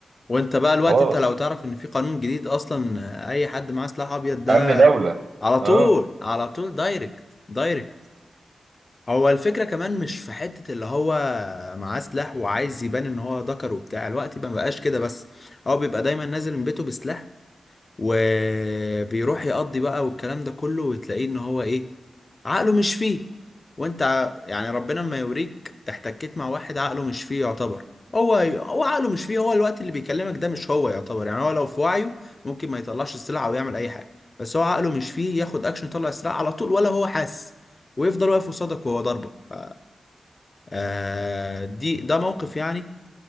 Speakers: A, on the left (about 35°); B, on the right (about 65°).
A: وانت بقى الوقت
B: خلاص
A: انت لو تعرف ان في قانون جديد اصلا اي حد معاه سلاح ابيض ده
B: امن دوله
A: على طول
B: اه
A: على طول دايركت دايركت هو الفكرة كمان مش في حتة اللي هو معاه سلاح وعايز يبان ان هو ذكر وبتاع الوقت ما بقاش كده بس هو بيبقى دايما نازل من بيته بسلاح وبيروح يقضي بقى والكلام ده كله وتلاقيه ان هو ايه عقله مش فيه وانت ع- يعني ربنا ما يوريك احتكيت مع واحد عقله مش فيه يعتبر هو هو عقله مش فيه هو الوقت اللي بيكلمك ده مش هو يعتبر يعني هو لو في وعيه ممكن ما يطلعش السلعة او يعمل اي حاجة بس هو عقله مش فيه ياخد اكشن يطلع السلعة على طول ولا هو حاسس ويفضل واقف قصادك وهو ضربك ف... آه دي ده موقف يعني